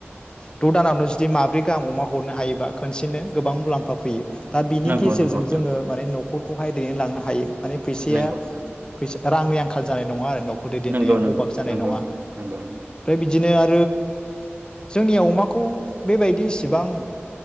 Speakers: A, on the left (about 20°); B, on the right (about 45°).
A: द दानावनो जुदि माब्रै गाहाम अमा हरनो हायोबा खनसेनो गोबां मुलाम्फा फैयो दा बिनि
B: नंगौ
A: गेजेरजों
B: नोंथां नंगौ नोंथां
A: जोङो माने न'खर खौहाय दिनै लांनो हायो माने फैसाया
B: नंगौ नोंथां
A: फैसा रांनि आंखाल जानाय नङा आरो <unintelligible> दैदेननायाव
B: नंगौ नंगौ
A: अभाब जानाय
B: नंगौ
A: नङा
B: नोंथां
A: ओमफाय
B: नंगौ नंगौ
A: बिदिनो ओ जोंनियाव अमाखौ बेबायदि सि सिबां